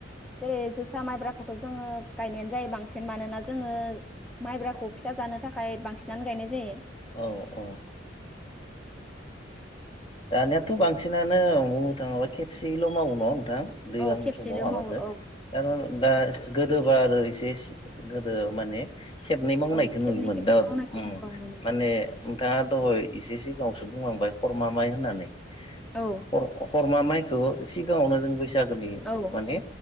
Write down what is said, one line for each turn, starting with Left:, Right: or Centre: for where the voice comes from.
Centre: जेरै जोसा माइब्रा ख थ' जोङो गायनायानो जायो बांसिन मानोना जोङो माइब्राखौ फिथा जानो थाखाय बांसिनानो गायनाय जायो
Left: औ औ दानियाथ' बांसिनानो बुंनो थाङाब्ला खेबसेल' मावो नङा थां दैलांनि
Centre: औ खेबसेल'
Left: समाव आबादखौ
Centre: मावो औ
Left: आरो दा गोदोबा आरो ए गोदो माने खेबनै मावनायखौ
Centre: औ खेबनै
Left: नुयोमोन
Centre: खेबनै
Left: दा
Centre: मावनायखौ
Left: उम
Centre: औ नुनो मोन
Left: ए नोंथाङा दहाय एसे सिगांयावसो बुंलांबाय हरमा माइ होननानै
Centre: औ
Left: ह हरमा माइ खौ सिगाङावनो जों बेस बैसागोनि
Centre: औ
Left: माने